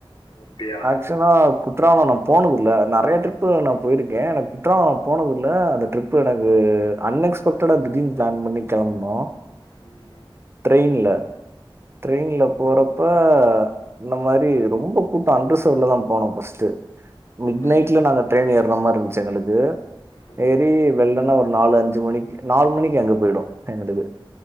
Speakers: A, on the left; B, on the right.
A: அப்டியா
B: ஆக்சன்னா குற்றால நா போனதில்ல நெறைய ட்ரிப்பு நா போயிருக்கே எனக்கு குற்றால நா போனதில்ல அந்த ட்ரிப்பு எனக்கு அன்எக்ஸ்பெக்டடா திடீர்ன் பிளான் பண்ணி கெளம்புனோ
A: ஆமா
B: ட்ரெயின்ல ட்ரெயின்ல போறப்ப இந்த மாரி ரொம்ப கூட்ட அன்ரிசவுட்லதா போனோ ஃபர்ஸ்ட்டு மிட்
A: ஓகே
B: நைட்ல நாங்க ட்ரெயின் ஏற மாரி இருந்துச்சு எங்களுக்கு
A: ஓகே
B: ஏறி வெள்ளன்னா ஒரு நாலு அஞ் சு மணிக்கு நாலு மணிக்கு அங்க போயிடு எங்களுக்கு